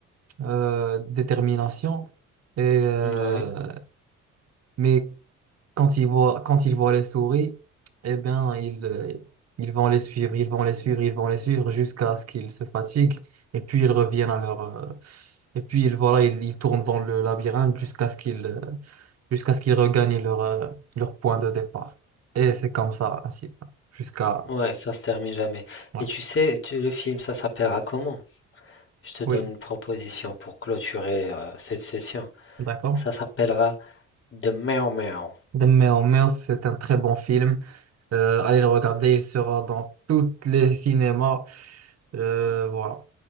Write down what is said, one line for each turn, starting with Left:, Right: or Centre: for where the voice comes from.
Right: euh, détermination. Et, euh,
Left: ah, ouais.
Right: Mais quand ils voient, quand ils voient les souris, eh bien, ils, euh, ils vont les suivre, ils vont les suivre, ils vont les suivre jusqu'à ce qu'ils se fatiguent. Et puis, ils reviennent à leur... euh, et puis, ils, voilà, ils, ils tournent dans le labyrinthe jusqu'à ce qu'ils euh, jusqu'à ce qu'ils regagnent leur, euh, leur point de départ. Et c'est comme ça, ainsi, jusqu'à...
Left: Ouais, ça se termine jamais.
Right: ouais.
Left: Et tu sais, tu- le film, ça s'appellera comment? Je te donne
Right: Oui,
Left: une proposition pour clôturer euh, cette session.
Right: d'accord.
Left: Ça s'appellera The Meow Meow.
Right: The Meow Meow, c'est un très bon film. Euh, allez le regarder, il sera dans tous les cinémas. Euh, voilà,